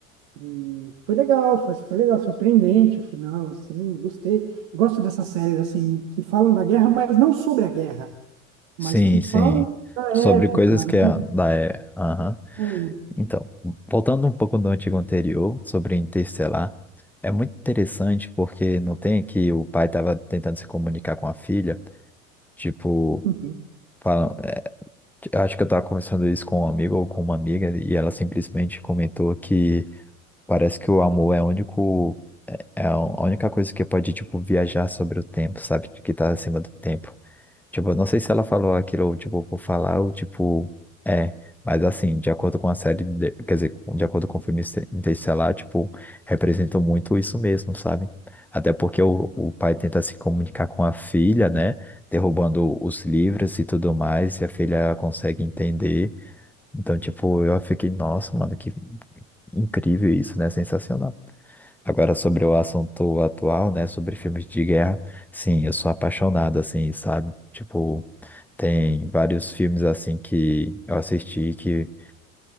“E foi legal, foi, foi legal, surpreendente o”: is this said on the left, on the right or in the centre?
Right